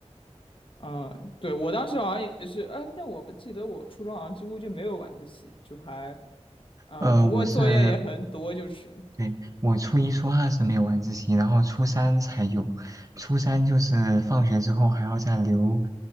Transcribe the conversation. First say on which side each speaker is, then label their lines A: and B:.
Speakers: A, on the left; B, on the right.
A: 嗯，对，我当时好像也是，呃，但我记得我初中好像几乎就没有晚自习，就还，嗯、
B: 呃，
A: 不过作业也很多，
B: 我是
A: 就是
B: 对，我初一、初二是没有晚自习，然后初三才有。初三就是放学之后还要再留